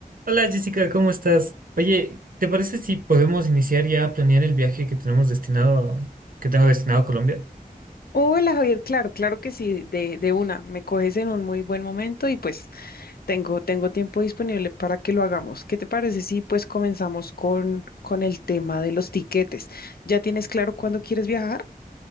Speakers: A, on the right; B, on the left.
A: Hola Jessica, ¿cómo estás? Oye, ¿te parece si podemos iniciar ya a planear el viaje que tenemos destinado, que tengo destinado a Colombia?
B: Hola Javier, claro, claro que sí, de, de una, me coges en un muy buen momento y pues tengo, tengo tiempo disponible para que lo hagamos. ¿Qué te parece si pues comenzamos con, con el tema de los tiquetes? ¿Ya tienes claro cuándo quieres viajar?